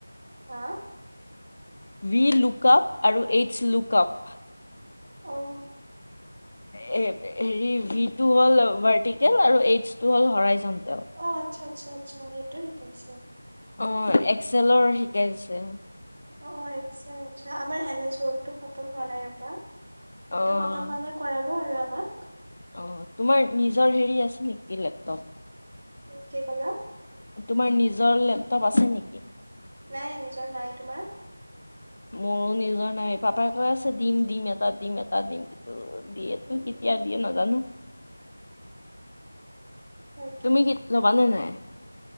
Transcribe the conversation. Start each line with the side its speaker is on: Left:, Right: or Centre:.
Right: হা।
Left: ভি লুক আপ আৰু এইচছ লুক আপ।
Right: অ',
Left: হেৰি ভি ট হ'ল ভাৰ্টিকেল আৰু এইডছ টো হ'ল হৰাই যন
Right: অ', আচ্ছা আচ্ছা আচ্ছা সেইটো শিকাইছে
Left: অ', এক্সেলৰ শিকাইছে।
Right: অ', আমাৰ এজটো ফম হোৱা নাই ৰবা এইটো
Left: অ',
Right: খতম হ'লে কৰাব আৰু আমাক।
Left: অ', তোমাৰ নিজৰ হেৰি আছে নেকি লেপটপ।
Right: উম কি ক'লা?
Left: তোমাৰ নিজৰ লেপটপ আছে নেকি?
Right: নাই নিজৰ নাই তোমাৰ
Left: মোৰো নিজৰ নাইী পাপাই কৈ আছে দিম দিম এটা দিম এটা দিম কিন্তু দিয়েতো
Right: উম, উম।
Left: কেতিয়া দিয়ে নাজানো
Right: তাকে,
Left: তুমি গীত ল'বানে নাই